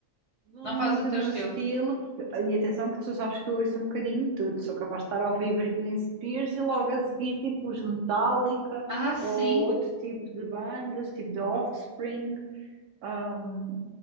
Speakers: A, on the right (about 70°); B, on the right (about 40°).
A: Muito
B: Não faz o teu
A: o meu
B: estilo.
A: estilo. Eu- E atenção que tu sabes que eu ouço um bocadinho de tudo. Sou capaz de estar a ouvir Britney Spears e logo a seguir tipo os Metallica
B: Ah, sim.
A: ou outro tipo de bandas, tipo de Offspring. Ahm,